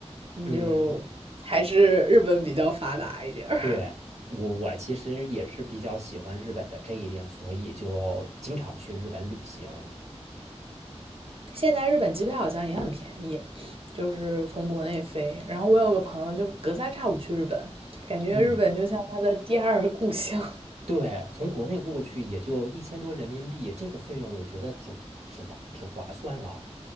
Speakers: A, on the right (about 55°); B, on the right (about 75°).
A: 你就还是日本比较发达一点儿。
B: 嗯，对，我我其实也是比较喜欢日本的这一点，所以就经常去日本旅行。
A: 现在日本机票好像也很便宜，就是从国内飞。然后我有个朋友就隔三差五去日本，感觉日本就像他的第二故乡，
B: 嗯，对，从国内过去也就一千多人民币，这个费用我觉得挺挺挺划算了。